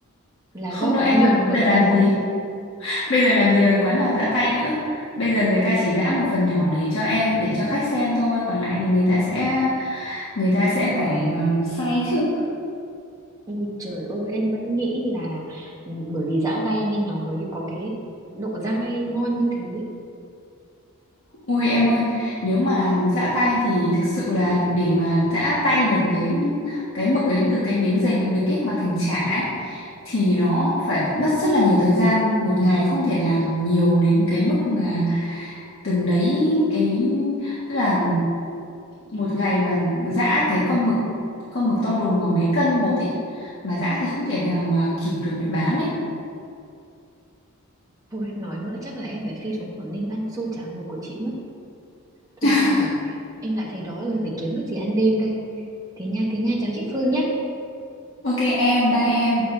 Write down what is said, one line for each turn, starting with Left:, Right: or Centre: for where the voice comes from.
Right: là
Left: không
Right: do có
Left: đâu em
Right: nhiều
Left: ạ bây
Right: mực
Left: giờ làm
Right: giã
Left: gì
Right: tay.
Left: bây giờ làm gì còn quán nào giã tay nữa bây giờ người ta chỉ giã một phần nhỏ để cho em để cho khách xem thôi còn lại thì người ta sẽ người ta sẽ phải ờ, xay chứ
Right: Ui trời ơi, em vẫn nghĩ là ừ, bởi vì giã tay nên nó mới có cái độ dai ngon như thế
Left: Ui em ơi, nếu mà giã tay thì thực sự là để mà giã tay được cái cái mực đến từ cái miếng dày bình bịch ấy mà thành chả ấy thì nó phải mất rất là nhiều thời gian, một ngày không thể làm nhiều đến cái mức mà từng đấy cái tức là một ngày mà giã cái con mực con mực to đùng mà mấy cân một ấy mà giã thì không thể nào mà kịp được để bán ấy.
Right: Thôi nói nữa chắc là em phải phi xuống Quảng Ninh ăn xôi chả mực của chị mất. Thôi
Left: <laughs>
Right: em về, em lại thấy đói rồi phải kiếm cái gì ăn đêm đây. Thế nha, thế nha, chào chị Phương nhé.
Left: Ok em, bye em.